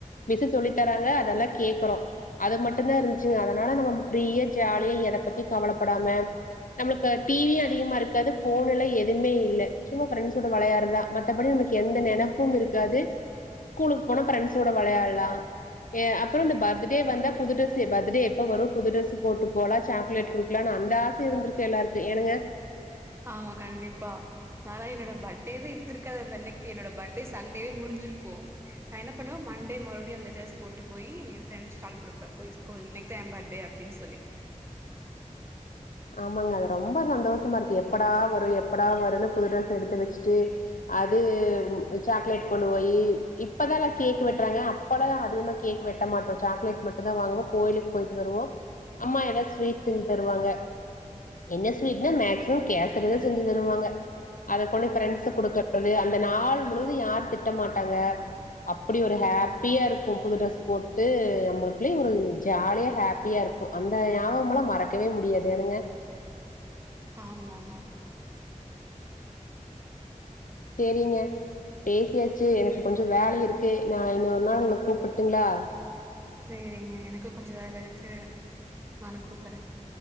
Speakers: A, on the left (about 85°); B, on the right (about 20°).
A: மிஸ் சொல்லி தராங்க அதெல்லா கேக்றோ அது மட்டு தா இருந்துச் அதனால நம்ம ஃபிரீயா ஜாலியா எத பத்தியு கவலப்படாம நம்ளுக்கு டிவி அதிகமா இருக்காது ஃபோன்லயி எ துவுமே இல்ல சும்மா ஃப்ரன்ஸ் சோட வெளையாடுறதா மத்தபடிமக்கு எந்த நெனப்பு இருக்காது ஸ்கூலுக்கு போனா ஃப்ரென்ஸ் சோட வெளையாடலா அப்றோ இந்த பர்த்டே வந்த புது ட்ரெஸ் பர்த்டே எப்ப வரு புது டிரெஸ் போட்டு போலா சாக்லேட் குடுக்கலா அந்த ஆச இருந்திருக்கு எல்லாருக்கு ஏனங்க
B: ஆமா கண்டிப்பா நானா என்னோட பர்த்டேவே இருந்திருக்காது அந்த இன்னக்கு என்னோட பர்த்டே சண்டேவே முடிஞ்சுருக்கும் நா என்ன பண்ணுவே மண்டே மறுபடியு அந்த டிரரெஸ் போட்டு போய் என் ஃப்ரெண்ட்ஸ் குலா கொடுப்பே போய் ஸ்கூல் இன்னக் தா என் பர்த்டே அப்டினு சொல்லி
A: ஆமாங்க அது ரொம்ப சந்தோஷமா இருக்கு எப்படா வரு எப்படா வரும்ன்னு புது ட்ரெஸ் எடுத்து வச்சுட்டு அது சாக்லேட் கொண்டு போய் இப்பதா எல்லா கேக் வெட்டுறாங்க அப்பல்லா அதிகமா கேக் வெட்ட மாட்டோ சாக்லேட் மட்டு தா வாங்குவோ கோயிலுக்கு பொய்ட்டு வருவோ அம்மா ஏதாச்சு ஸ்வீட்ஸ் செஞ்சு தருவாங்க என்ன ஸ்வீட்னா மேக்சிமம் கேசறிதா செஞ்சு தருவாங்க அத கொண்ட ஃப்ரெண்ட்ஸ் கொடுக்றது அந்த நாள் முழுவது யார் திட்ட மாட்டாங்க அப்டி ஒரு ஹாப்பியா இருக்கு புது ட்ரெஸ் போட்டு நம்மளுக்குள்ளயு ஒரு ஜாலியா ஹாப்பியா இருக்கு அந்த ஞாபகோல்லா மறக்கவே முடியாது எனுங்க
B: ஆமா ஆமா
A: சேரிங்க பேசியாச்சு எனக்கு கொஞ்சோ வேல இருக்கு நா இன்னொரு நாள் உங்கள கூப்பட்டுங்களா
B: சேரிங்க எனக்கு கொஞ்சோ வேல இருக்கு நானு கூப்பற்றே